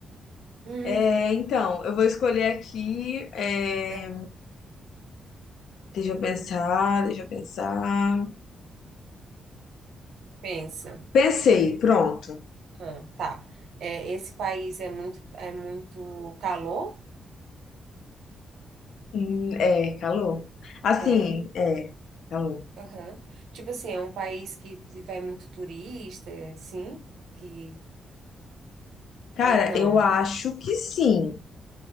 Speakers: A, on the right (about 80°); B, on the left (about 75°).
A: Hum,
B: É, então, eu vou escolher aqui. é,
A: eu-
B: Deixa eu pensar, deixa eu pensar.
A: pensa.
B: Pensei, pronto.
A: Ah, tá. É, esse país é muito, é muito calor?
B: Hum, É, calor. Assim,
A: É.
B: é, calor.
A: Aham. Tipo assim, é um país que vai muito turista, é, sim? Que
B: Cara,
A: ou não?
B: eu acho que sim.